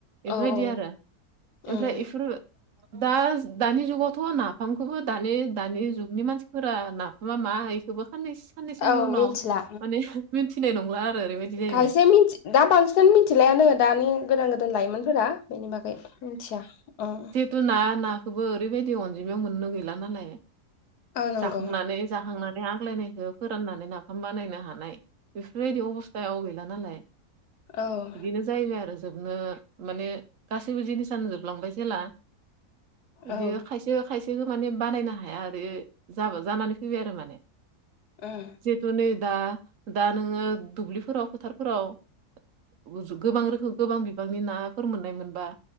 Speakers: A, on the right; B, on the left.
A: इफोरबायदि
B: औ औ
A: आरो ओमफ्राय
B: ओम
A: इफोरो
B: <inaudible>
A: दाज दानि जुगावथ' नाफामखोबो दानि-दानि जुगनि मानसिफोरा नाफामा माहाय खोदो खाननैस खाननैसोनि
B: औ
A: उनाव
B: मिथिला
A: माने मोनथिनाय नंला आरो ओरैबायदि जाहैबाय।
B: खायसे मिथि दा बांसिनानो मिथिलायानो दानि गोदान गोदान लाइमोनफोरा बेनि बा मिनथिया उम
A: दोना नाखोबो ओरैबायदि अनजिमायाव मोननो गैला नालाय।
B: औ नंगौ
A: जाखांनानै जाखांनानै आग्लायनायखो फोराननानै नाफाम बानायनो हानाय। बेफोरबायदि अबस्थायाव गैला नालाय
B: औ
A: बिदिनो जायो आरो जोबनो माने गासैबो जिनिस नो जोबलांबाय जेला
B: औ
A: इदिनो
B: ओम
A: खायसे खायसेखो माने बानायनो हाया आरो जाबा जानानै फैबाय आरो माने।
B: उम
A: जिहेतु नै दा दा नोङो दुब्लिफोराव फोथारफोराव उजु गोबां रोखो गोबां बिबांनि नाफोर मोननायमोनबा